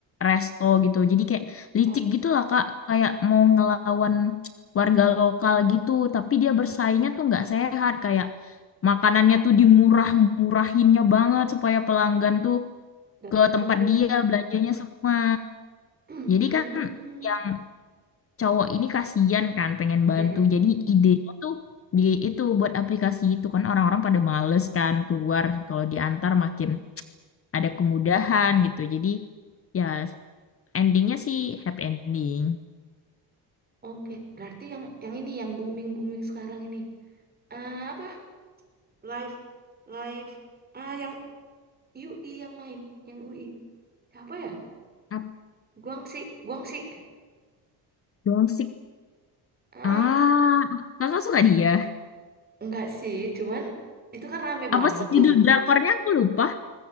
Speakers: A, on the left (about 35°); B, on the right (about 25°).
A: resto gitu. Jadi kayak licik
B: Oh,
A: gitu lah, Kak. Kayak mau ngelawan warga lokal gitu, tapi dia bersaingnya tuh nggak sehat. Kayak makanannya tuh dimurah-murahinnya banget supaya pelanggan tuh
B: datang
A: ke tempat
B: terus.
A: dia belanjanya semua.
B: <clears throat> Hmm.
A: Jadi kan yang cowok ini kasihan kan pengen bantu.
B: Mm-mm.
A: Jadi idenya tuh di itu buat aplikasi itu kan orang-orang pada males kan keluar kalau diantar makin ada kemudahan gitu. Jadi ya endingnya sih happy ending.
B: Oke, Berarti yang yang ini yang booming-booming sekarang ini. Eh, apa? live live ah yang U I yang main yang U I, siapa ya
A: Apa
B: Guangxi Guangxi
A: doang sih?
B: ah
A: Ah, kakak suka dia.
B: enggak sih cuman itu kan rame banget
A: Apa sih judul
B: tuh
A: drakornya? Aku lupa.